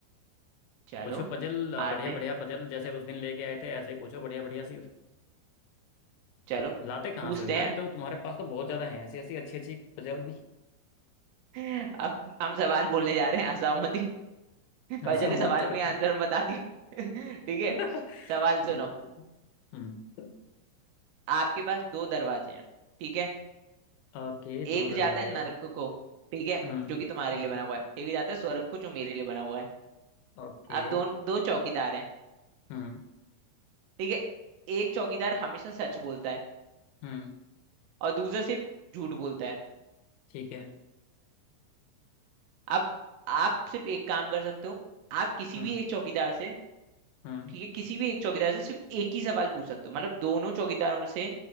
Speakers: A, on the right; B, on the left.
A: चलो
B: पूछो पजल आप
A: आते
B: बढ़िया बढ़िया
A: हैं,
B: पजल जैसे उस दिन लेके आए थे ऐसे ही पूछो बढ़िया बढ़िया सी
A: चलो
B: लाते कहाँ
A: पूछते
B: से हो यार
A: हैं
B: ये तो तुम्हारे पास तो बहुत ज्यादा हैं ऐसी ऐसी अच्छी अच्छी पजल भी
A: <laughs> अब हम सवाल बोलने जा रहे हैं असहमति
B: हाँ
A: पर चले
B: सब
A: सवाल
B: मत चलो
A: में आंसर
B: ठीक
A: हम बता दिया <laughs> ठीक है
B: <laughs>
A: सवाल
B: ठीक
A: सुनो
B: है ठीक है। हम्म
A: आपके पास दो दरवाजे हैं ठीक है
B: ओके दो
A: एक
B: दरवाजे
A: जाता है नरक को ठीक है
B: हम्म
A: जो कि तुम्हारे
B: हम्म
A: लिए बना हुआ है एक जाता है स्वर्ग को जो मेरे लिए बना हुआ है
B: ओके
A: अब दो दो चौकीदार हैं
B: हम्म
A: ठीक है एक चौकीदार हमेशा सच बोलता है
B: हम्म
A: और दूसरा सिर्फ झूठ बोलता है
B: ठीक है
A: अब आप सिर्फ एक काम कर सकते हो आप किसी
B: हम्म
A: भी एक चौकीदार से
B: हम्म
A: ठीक है किसी भी एक चौकीदार से सिर्फ एक ही सवाल पूछ सकते हो मतलब दोनों चौकीदारों से